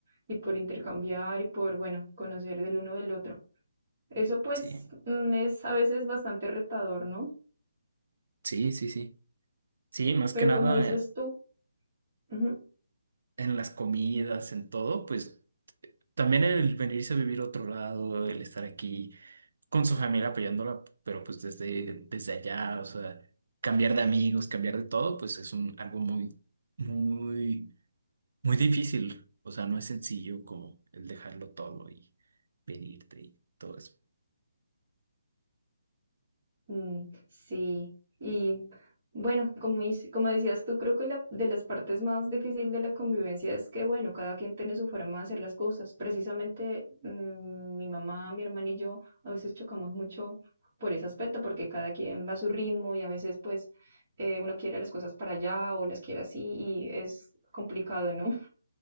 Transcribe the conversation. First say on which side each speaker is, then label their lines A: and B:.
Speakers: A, on the right (about 30°); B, on the right (about 60°).
A: y por intercambiar y por, bueno, conocer del uno del otro. Eso pues
B: Sí,
A: mm, es a veces bastante retador, ¿no?
B: sí, sí, sí. Sí, más
A: Pero
B: que nada
A: como dices
B: eh,
A: tú, ujú.
B: en las comidas, en todo, pues también el venirse a vivir a otro lado, el estar aquí con su familia apoyándola, pero pues desde, desde allá, o sea, cambiar de amigos, cambiar de todo, pues es un, algo muy, muy, muy difícil. O sea, no es sencillo como el dejarlo todo y venirte y todo eso.
A: Mm, sí, y bueno, como, hice- como decías tú, creo que la, de las partes más difíciles de la convivencia es que, bueno, cada quien tiene su forma de hacer las cosas. Precisamente mm, mi mamá, mi hermana y yo a veces chocamos mucho por ese aspecto, porque cada quien va a su ritmo y a veces pues eh, uno quiere las cosas para allá o las quiere así y es complicado, ¿no?